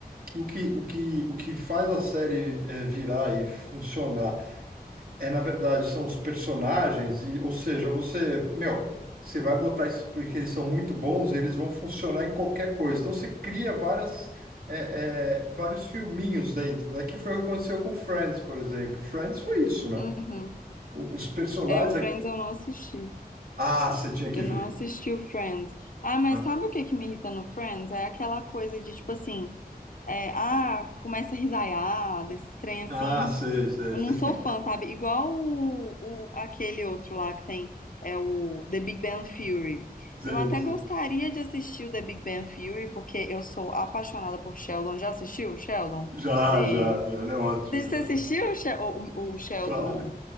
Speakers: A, on the right; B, on the left.
A: que o que, o que, o que faz a série eh, virar e funcionar É, na verdade, são os personagens, e, ou seja, você, meu, você vai botar isso porque eles são muito bons, eles vão funcionar em qualquer coisa. Então você cria várias, é, é, vários filminhos dentro, né? Que foi o que aconteceu com Friends, por exemplo. Friends foi isso, né?
B: Uhum.
A: O- Os personagens
B: É, o
A: aqui.
B: Friends eu não assisti.
A: Ah, você tinha que
B: Eu
A: ver.
B: não assisti o Friends. Ah, mas
A: Ah,
B: sabe o que que me irrita no Friends? É aquela coisa de tipo assim, é, ah, começa a risaiar, desse trem assim.
A: ah, sei, sei,
B: Eu
A: sei,
B: não sou fã, sabe? Igual o, o- aquele outro lá que tem, é o The Big Bang Theory.
A: <laughs> sei,
B: Eu até
A: sei.
B: gostaria de assistir o The Big Bang Theory, porque eu sou apaixonada por Sheldon. Já assistiu, Sheldon?
A: Já,
B: The...
A: já, já, ele é ótimo,
B: Você
A: ele
B: você
A: é
B: assistiu
A: ótimo.
B: o, She- o- o Sheldon?
A: Claro,